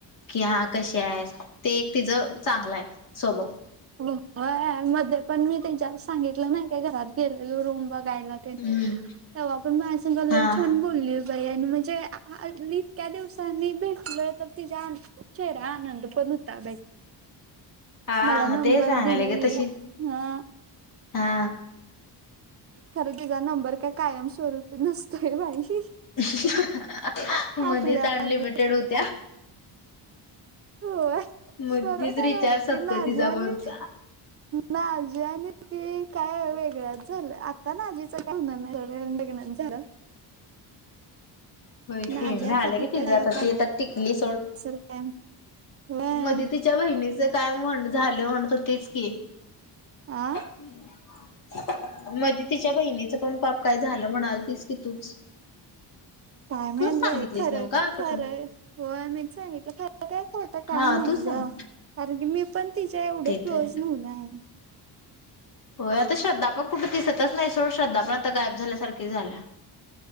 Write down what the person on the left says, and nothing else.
की हा कसे आहे ते एक तिचं चांगलं आहे स्वभाव
हम्म
हा
हा
मग ते सांगायला
ग तशी
हा!
<unintelligible>
मध्येच अनलिमिटेड होत्या
मध्येच
रिचार्ज
संपतोय
तिचा
फोनचा
हो
झालं
कि तिचं
आता ती तर टिकली सोड
मधी तिच्या बहिणीच काय म्हण झालं म्हणत होती तेच की
<inaudible> मध्ये तिच्या बहिणीचं पण पाप काय झालं म्हणाल तीस की तूच
तूच सांगितलीस
नव्ह का
का
कोण
हा
तू सांग
ते
तर आहे.
होय आता श्रद्धा पण कुठे दिसतच नाही सोड श्रद्धा पण आता गायब झाल्यासारखी झाल्या!